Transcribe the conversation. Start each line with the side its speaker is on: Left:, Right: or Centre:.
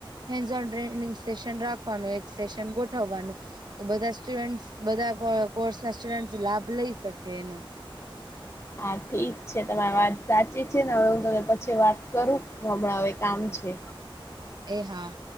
Right: હેન્સ ઓન ટ્રેનિંગ સેશન રાખવાનું એક સેશન ગોઠવવાનું તો બધા સ્ટુડન્ટ બધા કોર્સ ના સ્ટુડન્ટ લાભ લઈ શકે એનો
Left: હા ઠીક છે તમારી વાત સાચી છે ને હવે હું તને પછી વાત કરું હમણાં હવે કામ છે
Right: એ હા